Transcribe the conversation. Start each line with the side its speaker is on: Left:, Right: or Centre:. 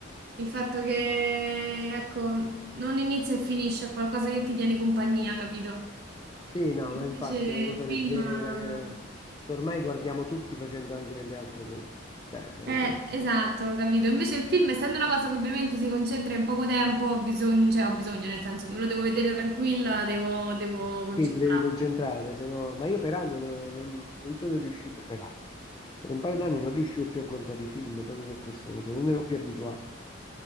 Right: il fatto che, ecco, non inizia e finisce, è qualcosa che ti tiene compagnia, capito?
Left: Sì, no, ma
Right: Invece
Left: infatti è una cosa
Right: il film...
Left: leggera che, che ormai guardiamo tutti facendo anche delle altre cose. Cioè, è una cosa...
Right: Eh, esatto, capito. Invece il film, essendo una cosa che ovviamente si concentra in poco tempo, ho bisogno, cioè ho bisogno, nel senso, me lo devo vedere tranquilla, devo, devo concentrarmi.
Left: Sì, ti devi concentrare, se no... Ma io per anni non, non- non sono riuscito, per anni, per un paio d'anni non riuscivo più a guardare i film proprio per questo motivo, non ero più abituato.